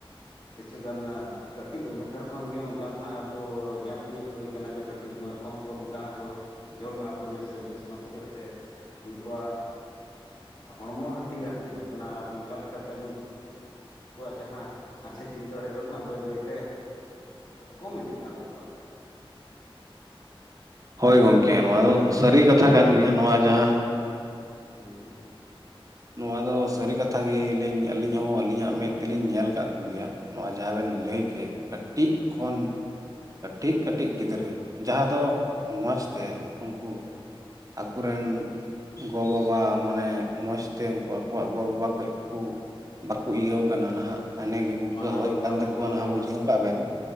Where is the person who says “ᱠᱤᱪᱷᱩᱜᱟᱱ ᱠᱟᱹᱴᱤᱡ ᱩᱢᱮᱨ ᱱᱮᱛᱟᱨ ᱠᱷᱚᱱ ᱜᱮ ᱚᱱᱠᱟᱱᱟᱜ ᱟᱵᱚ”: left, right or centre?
Left